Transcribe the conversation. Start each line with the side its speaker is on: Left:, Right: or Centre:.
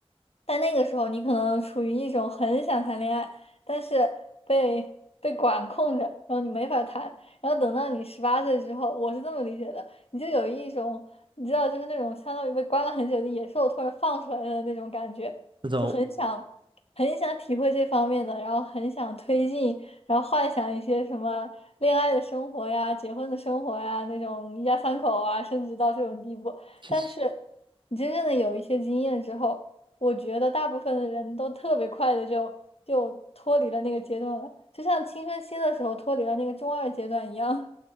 Left: 在那个时候，你可能处于一种很想谈恋爱，但是被被管控着，然后你没法谈。然后等到你十八岁之后，我是这么理解的。你就有一种你知道，就是那种相当于被关了很久的野兽突然放出来的那种感觉，
Right: 那种，
Left: 就很想很想体会这方面的，然后很想推进，然后幻想一些什么恋爱的生活呀、结婚的生活呀那种一家三口啊，甚至到这种地步。
Right: 其实
Left: 但是你真正的有一些经验之后，我觉得大部分的人都特别快的就就脱离了那个阶段了，就像青春期的时候脱离了那个中二阶段一样。